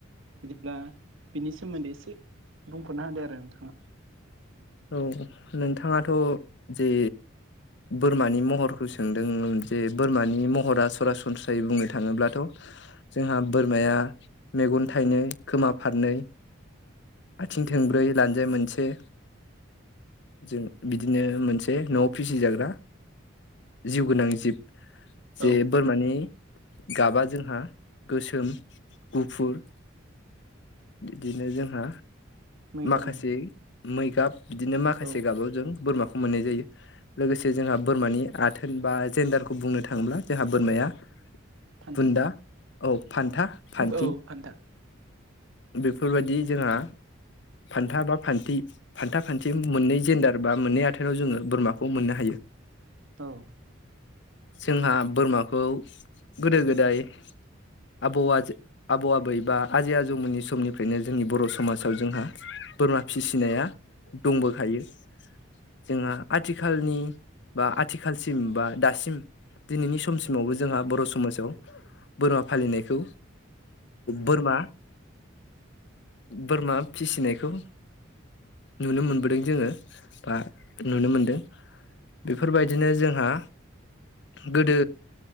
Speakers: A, on the right; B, on the left.
A: बिदिब्ला बिनि सोमोन्दै एसे बुंफोर'नो होदो आरो नोंथाङा।
B: औ नोंथाङाथ' जे बोरमानि महरखौ सोंदों जे बोरमानि महरा सरासनस्रायै बुंनो थाङोब्लाथ' जोंहा बोरमाया मेगन थाइनै खोमा फारनै आथिं थंब्रै लान्जाय मोनसे जों बिदिनो मोनसे न'आव फिसिजाग्रा जिउ गोनां जिब जे
A: औ
B: बोरमानि गाबा जोंहा गोसोम गुफुर बिदिनो जोंहा।
A: मै गाबनि
B: माखासे मै गाब बिदिनो माखासे
A: औ
B: गाबाव जों बोरमाखौ मोननाय जायो। लोगोसे जोंहा बोरमानि आथोन बा जेेनडारखौ बुंनो थाङोब्ला जोंहा बोरमाया
A: फान्था
B: बुन्दा औ फान्था फान्थि
A: औ फान्था
B: बेफोरबायदि जोंहा फान्था बा बानथि <unintelligible> मोननै जेन्डार बा मोननै आथेनाव जोङो बोरमाखौ मोननो हायो।
A: औ
B: जोंहा बोरमाखौ गोदो गोदाय आबौआ आबौ आबै बा आजै आजौमोननि समनिफ्रायनो जोंनि बर' समाजाव जोंहा। बोरमा फिसिनाया दंबोखायो। जोंहा आथिखालनि बा आथिखालसिम बा दासिम। दिनैनि समसिमावबो जोंहा बर' समाजाव बोरमा फालिनायखौ। बोरमा बोरमा फिसिनायखौ नुनो मोनबोदों जोङो बा नुनो मोनदों। बेफोरबायदिनो जोंहा। गोदो